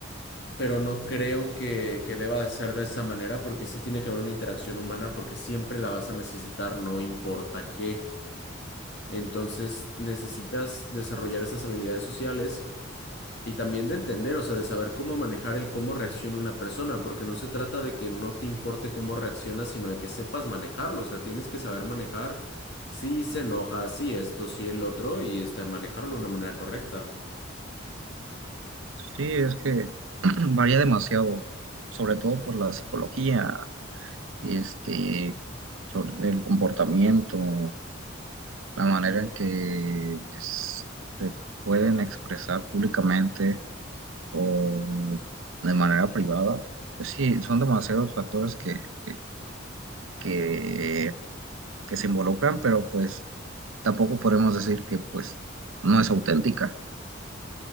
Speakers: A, on the left; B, on the right.
A: pero no creo que, que deba de ser de esa manera porque sí tiene que haber una interacción humana porque siempre la vas a necesitar, no importa qué. Entonces necesitas desarrollar esas habilidades sociales y también de entender, o sea, de saber cómo manejar el cómo reacciona una persona, porque no se trata de que no te importe cómo reaccionas, sino de que sepas manejarlo, o sea, tienes que saber manejar si se enoja, si esto, si el otro, y este, manejarlo de una manera correcta.
B: Sí, es que <clears throat> varía demasiado, sobre todo por la psicología, este, sobre el comportamiento, la manera en que es- se pueden expresar públicamente o de manera privada. Pues sí, son demasiados factores que, que, que que se involucran, pero pues tampoco podemos decir que pues no es auténtica.